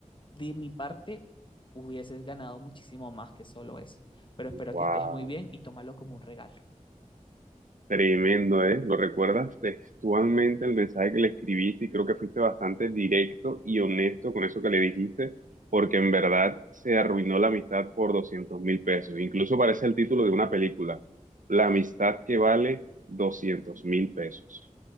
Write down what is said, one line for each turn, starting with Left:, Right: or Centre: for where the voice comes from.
Left: de mi parte, hubieses ganado muchísimo más que solo eso. Pero espero
Right: Wow,
Left: que estés muy bien y tómalo como un regalo.
Right: tremendo, ¿eh? ¿Lo recuerdas textualmente el mensaje que le escribiste? Y creo que fuiste bastante directo y honesto con eso que le dijiste, porque en verdad se arruinó la amistad por doscientos mil pesos. Incluso parece el título de una película, La amistad que vale doscientos mil pesos.